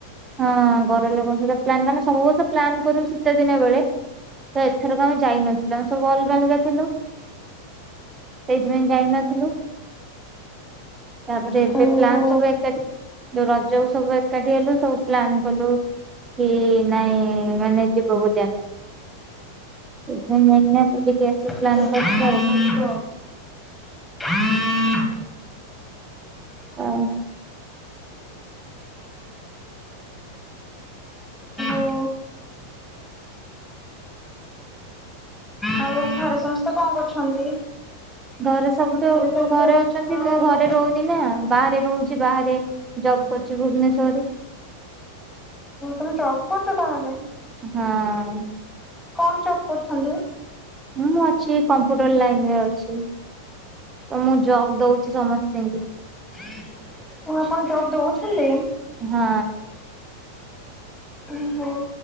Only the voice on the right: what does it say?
ହଁ, ଘର ଲୋକଙ୍କ ସହିତ ପ୍ଲାନ୍। ସବୁ ବର୍ଷ ପ୍ଲାନ କରୁ ଶୀତ ଦିନ ବେଳେ। ତ ଏଥରକୁ ଆମେ ଯାଇନଥିଲୁ। ଆମେ ସବୁ ଅଲଗା ଅଲଗା ଥିଲୁ। ସେଇଥିପାଇଁ ଯାଇନଥିଲୁ। ତାପରେ ଏବେ
ପ୍ଲାନ୍ ସବୁ ଏକାଠି। ଯୋଉ ରଜ ସବୁ ଏକାଠି ହେଲୁ। ସବୁ ପ୍ଲାନ୍ କଲୁ କି ନାଇଁ? ମାନେ ଯିବ ବୁଆ? <inaudible>
କରିଛୁ ଆଉ। ଆଉ
ଘରେ ସବୁଠୁ
ଘରେ
ଅଛନ୍ତି, ମୁଁ
ଘରେ ରହୁନି। ସିନା ବାହାରେ ରହୁଛି ବାହାରେ, ଜବ୍ କରୁଛି ଭୁବନେଶ୍ୱରରେ।
ହଁ।
ମୁଁ ଅଛି, କମ୍ପ୍ୟୁଟର ଲାଇନ ରେ ଅଛି। ତ, ମୁଁ ଜବ୍ ଦଉଛି ସମସ୍ତଙ୍କି।
ହଁ।